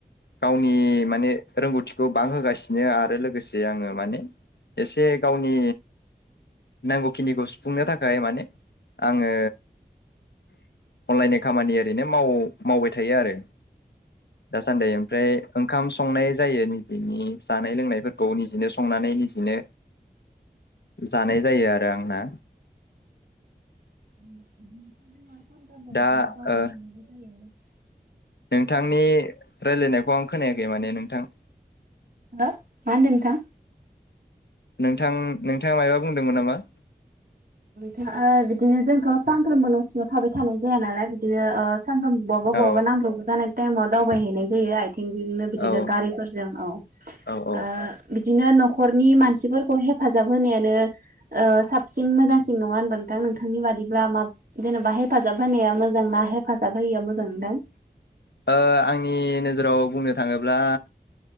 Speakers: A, on the left (about 85°); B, on the right (about 60°).
A: गावनि माने रोंगौथिखौ बांहोगासिनो आरो लोगोसे आङो माने एसे गावनि नांगौखिनिखौ सुफुंनो थाखाय माने आङो अनलाइन खामानिया ओरैनो माव मावबाय थायो आरो। दासान्दि ओमफ्राय ओंखाम संनाय जायो। बिनि जानाय लोंनायफोरखौ निजेनो संनानै निजिनो जानाय जायो आरो। दा आंना
B: हो <unintelligible>
A: दा ओ नोंथांनि रायलायनायखौ आं खोनायाखै माने नोंथां।
B: हो मा होनदों नोंथां?
A: नोंथां नोंथाङा मायबा बुंदोंमोन नामा?
B: थाङा बिदिनो जोंथ' सानफ्रोमबो न'सिंआव थाबाय थानाय जाया नालाय बिदिनो ओ सानथोम बहाबा बहाबा
A: औ
B: नांब्रोबगौ जानाय टाइमाव दावबाय हैनाय जायो आइ थिंजोंनो बिदिनो
A: औ
B: गारिफोरजों औ ओ
A: औ औ ओ
B: बिद बिदिनो न'खरनि मानसिफोरखौ हेफाजाब होनायानो ओ साब सिन मोजांसिन नङा होनबा नोंथां? नोंथांनि बादिब्ला मा जेनेबा हेफाजाब होनाया मोजांना हेफाजाब होयिया मोजां नोंथां?
A: ओ आंनि नोजोराव बुंनो थाङोब्ला